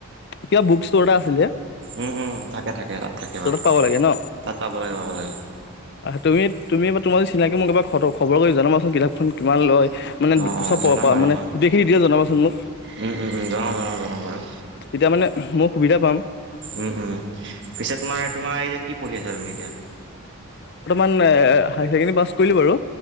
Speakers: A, on the left; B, on the right.
A: কিবা বুক ষ্ট'ৰ এটা আছিল যে?
B: উম, উম, থাকে, থাকে তাত থাকে বাৰু,
A: পাব লাগে ন
B: তাত পাব লাগে, পাব লাগে।
A: তুমি তুমি এবাৰ তোমাৰ যদি চিনাকি মোক এবাৰ খব খবৰ কৰি জনাবাচোন কিতাপখন কিমান লয়। মানে
B: অঁ অঁ
A: চব প
B: জনাম
A: পৰা
B: বাৰু
A: মানে
B: মই
A: গোটেইখিনি এতিয়া জনাবাচোন মোক।
B: উম, উম, উম জনাম, জনাম, জনাম বাৰু।
A: তিয়া মানে মও সুবিধা পাম।
B: উম, উম পিছত তোমাৰ, তোমাৰ এই যে কি পঢ়ি আছা তুমি এতিয়া?
A: উম, এ হায়াৰ ছেকেণ্ডাৰী পাছ কৰিলো বাৰু।